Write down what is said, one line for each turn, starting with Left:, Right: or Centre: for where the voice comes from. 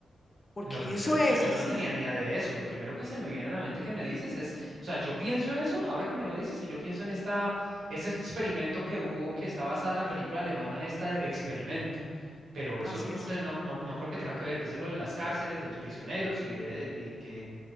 Left: porque
Right: No, pero
Left: eso
Right: eso, eso-
Left: es
Right: yo
Left: así.
Right: no tenía ni idea de eso. Lo primero que se me viene a la mente que me dices es, o sea, yo pienso eso, ahora que me lo dices, y yo pienso en esta, ese experimento que hubo que está basada en la película alemana esta del experimento. Pero eso
Left: Así
Right: no,
Left: es.
Right: te- no, no, no creo que tenga que ver, que eso es lo de las cárceles, de los prisioneros y, de, y que,